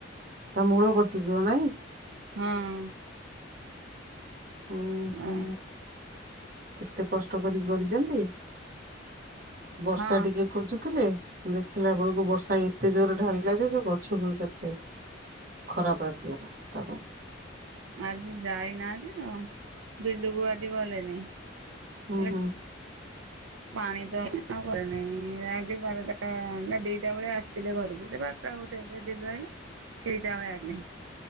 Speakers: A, on the right; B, on the right.
A: ତା ମୂଳ ପଚିଯିବ ନାଇଁ?
B: ହଁ!
A: ଉଁ ହୁଁ
B: ଆ।
A: କେତେ କଷ୍ଟ କରିକି କରିଚନ୍ତି ବର୍ଷା
B: ହଁ
A: ଟିକେ ଖୋଜୁଥିଲେ। ଦେଖିଲା ବେଳକୁ ବର୍ଷା ଏତେ ଜୋରରେ ଢାଳିଲା ଯେ ସେ ଗଛକୁ ଏକାଥରେ ଖରାପ ଆସିଗଲା ତା ପାଇଁ।
B: ଆଜି ଯାଇନାହାନ୍ତି ତ ବିଲୁକୁ ଆଜି ଗଲେନି।
A: ହୁଁ
B: ହେଲେ
A: ହୁଁ।
B: ପାଣି ତ ଆଉ ଘରେ ନାଇଁ ଯାହାକି ବାରଟା ନା ଦିଟା ବେଳେ ଆସିଥିଲେ ଘରକୁ ସେ ବା ଟା ଗୋଟେ <unintelligible> ସେଇଟା ବେଳେ ଆଇଲେ।